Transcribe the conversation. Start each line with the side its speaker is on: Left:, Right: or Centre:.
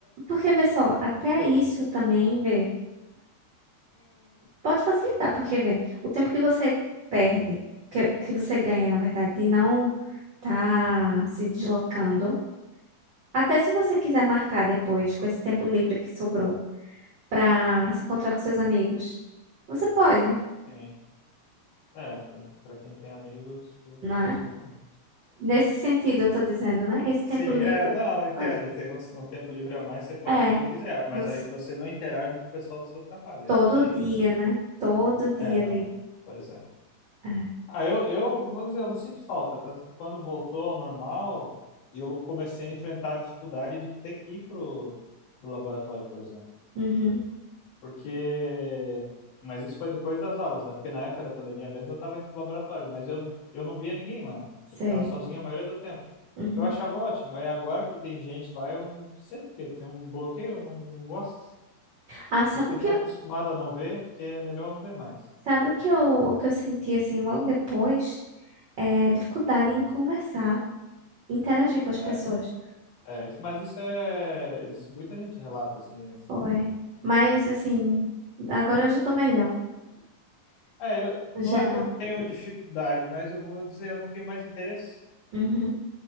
Right: porque, vê só, até isso também, vê, pode facilitar, porque, vê, o tempo que você perde, que, que você ganha, na verdade, de não tá se deslocando, até se você quiser marcar depois, com esse tempo livre que sobrou, pra se encontrar com seus amigos, você pode,
Left: Sim. É, pra pra quem tem amigos, fu-
Right: não
Left: funciona.
Right: é? Nesse sentido, eu tô dizendo, né? Esse tempo
Left: Sim, é,
Right: livre,
Left: não, entendo.
Right: pode.
Left: Tem um, um tempo livre a mais, você pode
Right: É,
Left: fazer o que quiser, mas
Right: você,
Left: aí que você não interage com o pessoal do seu trabalho.
Right: todo
Left: É isso que.
Right: dia, né? Todo dia
Left: É, não.
Right: ali.
Left: Pois é.
Right: É.
Left: Ah, eu, eu vou dizer, eu não sinto falta, tanto que quando voltou ao normal, eu comecei a enfrentar a dificuldade de ter que ir pro, pro laboratório, por exemplo.
Right: Uhum.
Left: Porque. Mas isso foi depois das aulas, né? Porque na época da pandemia mesmo eu estava indo pro laboratório, mas eu, eu não via ninguém lá.
Right: Sei.
Left: Eu ficava sozinho a maioria do tempo.
Right: Uhum.
Left: Eu achava ótimo. Aí agora que tem gente lá, eu não sei por quê. Tem um bloqueio, eu não, não gosto.
Right: Ah, sabe
Left: Eu fiquei
Right: o que
Left: tão
Right: eu,
Left: acostumado a não ver que é melhor não ver mais.
Right: sabe o que eu, o que eu senti assim logo depois? É dificuldade em conversar, interagir com as
Left: É,
Right: pessoas.
Left: é, isso- mas isso é. Isso muita gente relata, assim. É,
Right: Foi. Mas assim, agora eu já tô melhor,
Left: É, eu-
Right: no
Left: não
Right: geral.
Left: é que eu tenho dificuldade, mas eu vou dizer, eu não tenho mais interesse.
Right: Uhum.